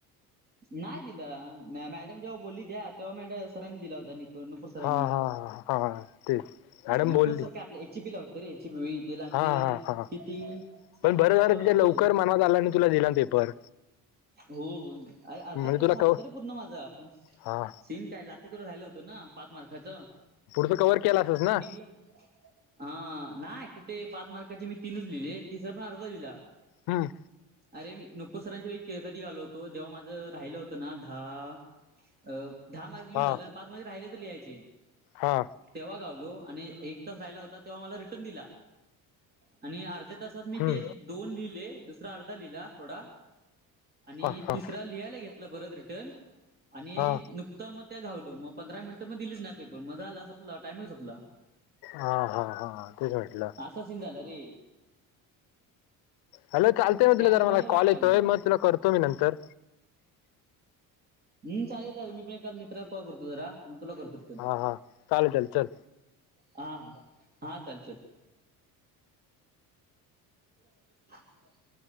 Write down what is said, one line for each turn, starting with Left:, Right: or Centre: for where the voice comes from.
Right: नाही दिलं मॅडम जेव्हा बोलली द्या तेव्हा मॅड सरांनी दिला होता नि नुपूर सर आणि
Left: हा हा हा हा तेच मॅडम
Right: नुपूर
Left: बोलली
Right: सर काय आपल्या एचपी ला होते रे एचपी व दिलाचे
Left: हा हा हा
Right: किती? स्टार्टिंगला
Left: पण बरं झारं
Right: घालो
Left: तिच्या
Right: होतो
Left: लवकर मनावत आला आणि तुला दिला पेपर
Right: हो अ अर्धा
Left: म्हणजे
Right: खोर
Left: तुला
Right: झाला
Left: कव
Right: होत रे पूर्ण माझा आपण
Left: हा
Right: सीन काय लाच तों झालं होतं ना पाच मार्खाचं
Left: त कव्ह केला अस ना.
Right: बलं. हा नाही कुठे पाच मार्काचे मी तीनच लिहिले तिसरा पण अर्धा लिहिला.
Left: हम्म.
Right: अरे मी नुपुर सरांच्या वळी कधी घालो होतो जेव्हा माझं राहिलं होतं ना दहा- अ दहा मार्क्स लिहून
Left: हा
Right: झाले आणि पाच मार् राहिले त लिहायचे.
Left: हा
Right: तेव्हा गावलो आणि एक तास राहिला होता तेव्हा मला रिटर्न दिला आणि अर्ध्या तास. मी
Left: हम्म
Right: ते दोन लिहिले दुसरा अर्धा लिहिला थोडा आणि
Left: हा हा
Right: त लिहायला घेत परत रिटर्न आणि
Left: हा
Right: नुकत मग त्या घावलो मग.. पंधरा मिनिटं मग दिलीच नाही पेपर मजा आला संपला टायमिंग संपला.
Left: हा हां हां तेच वाटलं.
Right: असंचि झालं रे.
Left: हॅलो चालतय मग
Right: त्यामुळे
Left: तुला जरा मला
Right: वाट
Left: कॉल येतोय
Right: लागली.
Left: मग तुला करतो मी नंतर.
Right: हम् चालेल चालेल मी पण एकाल मित्राला कॉल करतो जरा मग तुला करतो रिटन.
Left: हा हा चालेल चालेल चल
Right: हा ह हा चालचल <unintelligible>